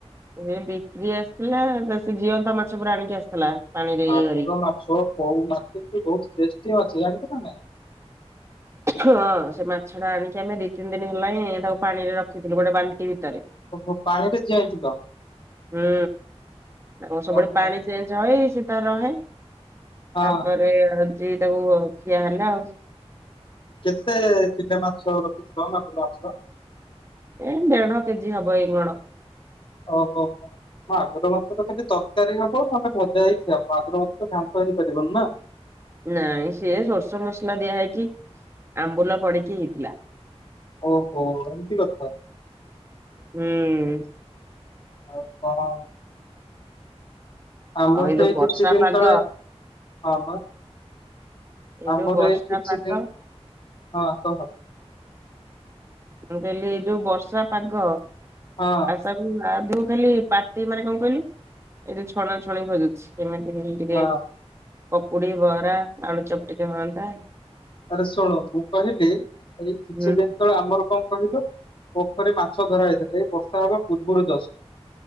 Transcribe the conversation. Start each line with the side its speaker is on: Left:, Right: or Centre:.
Right: ସେ ବିକ୍ରି ଆସିଥିଲା ନା ସେ ଜିଅନ୍ତା ମାଛ ପୁରା ଆଣିକି ଆସିଥିଲା। ପାଣିରେ
Left: ଆଗୁର
Right: ଇଏ କରି
Left: ମାଛୋ କଉ ମାଛ ଟିରୁ ଟେ ଷ୍ଟି ମାଛ ଜାଣିଛ ନା ନାଇଁ।
Right: ହଁ, ସେ ମାଛ ଟା ଆଣିକି ଆମେ ଦି ତିନି ଦିନ ହେଲା ହିଁ ତାକୁ ପାଣିରେ ରଖିଥିଲୁ ଗୋଟେ ବାଲ୍ଟି ଭିତରେ।
Left: ଓ ହୋ ପାଣି ରେ ଚିଆଁଇ ଥିଲ।
Right: ହୁଁ ତାଙ୍କର ସବୁବେଳେ
Left: ଓହୋ
Right: ପାଣି ଚେଞ୍ଜ ହଏ ସେ ତା ରହେ।
Left: ହଁ
Right: ତାପରେ ଆଜି ତାକୁ ଖିଆ ହେଲା ଆଉ।
Left: କେତେ ଚିଲେ ମାଛ ରଖିଥିଲ ମାଗୁର ମାଛ।
Right: ଏ ଦେଢ କେଜି ହବ ଏଇଗଣ।
Left: ଓହୋ, ହୋ। ମଗୁରମାଛ ଖାଲି ତରକାରି ହବ ନାହେଲେ ଭାଜା ଚି ମାଗୁରମାଛ ତ ଘାଣ୍ଟ ହେ ଇ ପରିବନିନା।
Right: ନାଇଁ ସିଏ ସୋରିସ ମସଲା ଦିଆ ହେଇକି ଆମ୍ବୁଲା ପଡିକି ହେଇଥିଲା।
Left: ଓହୋ ଏମତି କଥା।।
Right: ହୁଁ।
Left: ଆଉ କଣ? ଆମର
Right: ଆଉ
Left: ତ
Right: ଯୋଉ
Left: ଏଇ
Right: ବର୍ଷା
Left: କିଛି ଦିନ
Right: ପାଗ
Left: ତଳେ ହଁ ଵା। ଆମର
Right: ଯୋଉ ବର୍ଷା
Left: ଏଇ କିଛି
Right: ପାଗ
Left: ଦିନ ହଁ କହ।
Right: ମୁଁ କହିଲି ଏଇ ଯୋଉ ବର୍ଷା ପାଗ।
Left: ହଁ।
Right: ତାକୁ ଆଦଉ ଖାଲି ପାଟି ମାନେ କଣ କହିଲୁ ଏଇ ଯୋଉ ଛଣା ଛଣି ଖୋଜୁଛି କେମିତି କିଣି ଟିକେ
Left: ହଁ।
Right: ପକୁଡ଼ି, ବରା, ଆଳୁଚପ ଟିକେ ହଅନ୍ତା।
Left: ଆରେ ଶୁଣୁ ମୁଁ କହିଲି ଏଇ କିଛି
Right: ହୁଁ
Left: ଦିନ ତଳେ ଆମର କଣ କହିଲୁ ପୋଖରୀ ମାଛ ଧରା ହେଇଥିଲେ ଏ ବର୍ଷା ହେବା ପୂର୍ବରୁ ଯଷ୍ଟ।